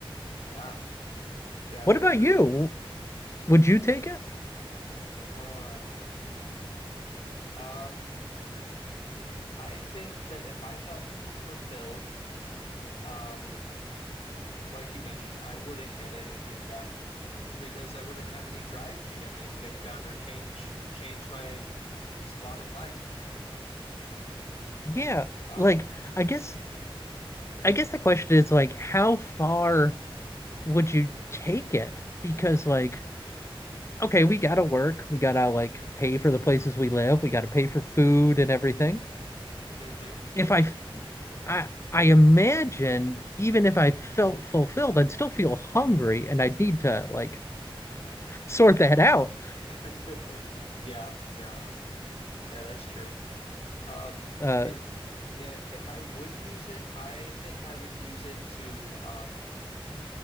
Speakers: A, on the left; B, on the left.
A: Yeah, yeah,
B: What
A: I
B: about
A: agree.
B: you?
A: <sighs>
B: Would you take it?
A: Uh, um, I think that if I felt fulfilled, um, like you mentioned, I wouldn't get anything done because I wouldn't have any drive to get anything done or change change my spot in life.
B: Yeah.
A: Um,
B: Like, I guess, I guess the question is like, how far would you take it? Because like, okay, we gotta work. We gotta like pay for the places we live. We gotta pay for food and everything.
A: hmm
B: If I, I, I imagine even if I felt fulfilled, I'd still feel hungry and I'd need to like sort that out.
A: <laughs> Yeah, yeah, yeah, that's true. Um,
B: Uh,
A: if i- if I would use it, I think I would use it to um,